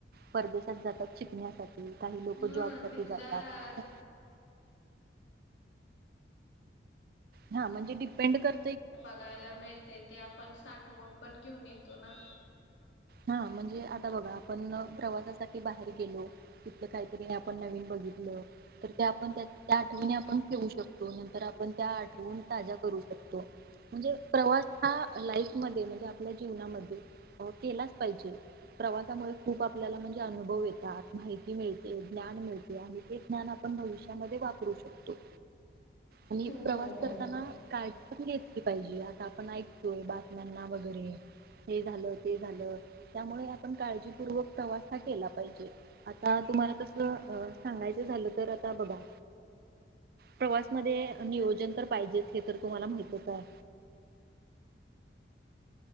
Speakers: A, on the right; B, on the left.
A: परदेशात जातात शिकण्यासाठी काही लोक
B: हा
A: जॉब साठी
B: तिथलं
A: जातात. हा म्हणजे डिपेंड कर
B: बघायला मिळते ते आपण साठ ठवुन पण घेऊन येतो ना.
A: हा म्हणजे आता बघा आपण प्रवासासाठी बाहेर गेलो तिथ काहीतरी आपण नवीन बघितलं तर त्या आपण त्या त्या आठवणी आपण घेऊ शकतो. तर आपण त्या आठवून ताज्या करू शकतो. म्हणजे प्रवास हा लाईफ मध्ये म्हणजे आपल्या जीवनामध्ये केलाच पाहीजे प्रवासामुळे खूप आपल्याला म्हणजे अनुभव येतात, माहिती मिळते, ज्ञान मिळते, आणि ते ज्ञान आपण भविष्यामध्ये वापर रु शकतो आणि
B: हो
A: प्रवास
B: हो हो
A: करताना काय घेतली पाहिजे आता आपण ऐकतोय, बातम्यांना वगैरे हे झालं, ते झालं. त्यामुळे आपण काळजीपूर्वक प्रवास हा केला पाहिजे. आता तुम्हाला तसं सांगायचं झालं तर आता बघा प्रवास मध्ये नियोजन तर पाहिजेच हे तर तुम्हाला माहितच आहे.